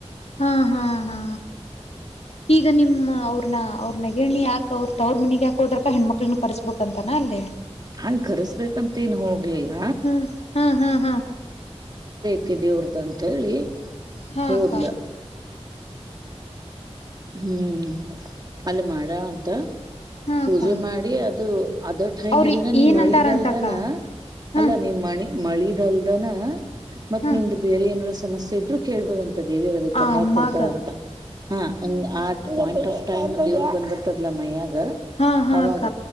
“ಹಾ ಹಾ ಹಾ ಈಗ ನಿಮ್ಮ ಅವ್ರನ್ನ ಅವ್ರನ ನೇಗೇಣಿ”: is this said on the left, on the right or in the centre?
Left